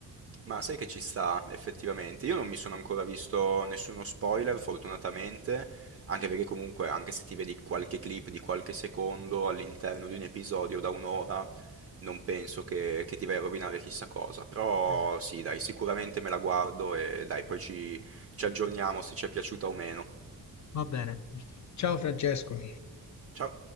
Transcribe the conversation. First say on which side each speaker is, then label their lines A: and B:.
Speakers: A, on the right; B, on the left.
A: Ma sai che ci sta effettivamente? Io non mi sono ancora visto nessuno spoiler, fortunatamente, anche perché comunque, anche se ti vedi qualche clip di qualche secondo all'interno di un episodio da un'ora, non penso che, che ti vai a rovinare chissà cosa. Però
B: Esatto.
A: sì, dai, sicuramente me la guardo e dai, poi ci, ci aggiorniamo se ci è piaciuta o meno.
B: Va bene. Ciao Francesco.
A: Ciao!